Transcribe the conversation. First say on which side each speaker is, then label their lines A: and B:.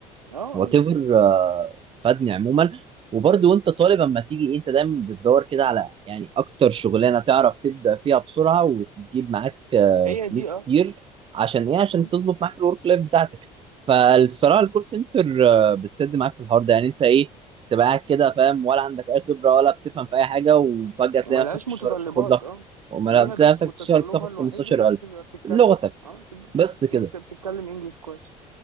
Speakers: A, on the right; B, on the right.
A: اه
B: وات
A: اه بالظبط
B: ايفر فادني عموما وبرضه وانت طالب اما تيجي إيه، انت دايما بتدور كده على يعني اكتر شغلانه تعرف تبدا فيها بسرعه وتجيب معاك آه،
A: هي دي
B: فلوس
A: اه
B: كتير عشان ايه عشان
A: م.
B: تظبط معاك الورك لايف بتاعتك فالصراحه الكول سنتر آه، بتسد معاك في الحوار ده يعني انت ايه تبقى قاعد كده فاهم ولا عندك اي خبره ولا بتفهم في اي حاجه وفجاه تلاقي
A: وملهاش
B: نفسك في الشهر
A: متطلبات
B: بتاخد لك
A: اه
B: وما
A: ليها
B: بتلاقي
A: بس
B: نفسك
A: متطلبها
B: في الشهر بتاخد
A: الوحيد
B: 15000
A: ان انت تبقى بتتكلم
B: لغتك
A: اه تبقى
B: بس كده
A: م. انت بتتكلم انجليش كويس